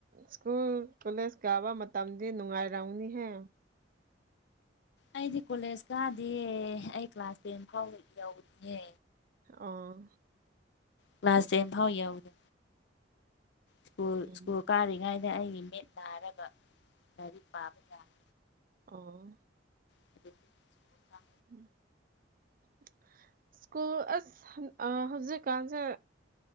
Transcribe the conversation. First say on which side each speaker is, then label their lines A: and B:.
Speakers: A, on the right (about 50°); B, on the left (about 65°).
A: ꯁ꯭ꯀꯨꯜ ꯀꯣꯂꯦꯖ ꯀꯥꯕ ꯃꯇꯝꯗꯤ ꯅꯨꯡꯉꯥꯏꯔꯝꯅꯤꯍꯦ
B: ꯑꯩꯗꯤ ꯀꯣꯂꯦꯖ ꯀꯥꯗꯦꯌꯦ ꯑꯩ ꯀ꯭ꯂꯥꯁ ꯇꯦꯟ ꯐꯥꯎ ꯌꯧꯗꯦ
A: ꯑꯥ
B: ꯀ꯭ꯂꯥꯁ ꯇꯦꯟ ꯐꯥꯎ ꯌꯥꯎꯗꯦ ꯁ꯭ꯀꯨꯜ
A: ꯎꯝ
B: ꯁ꯭ꯀꯨꯜ ꯀꯥꯔꯤꯉꯩꯗ ꯑꯩꯒꯤ ꯃꯤꯦꯠ ꯅꯥꯒ ꯂꯥꯢꯔꯤꯛ ꯄꯥꯕ ꯌꯥꯗ꯭ꯔꯦ
A: ꯑꯥ
B: <inaudible>
A: ꯎꯝ <unintelligible> ꯁ꯭ꯀꯨꯜ ꯑꯁ ꯍꯟ ꯑꯥ ꯍꯧꯖꯤꯛꯀꯥꯟꯁꯦ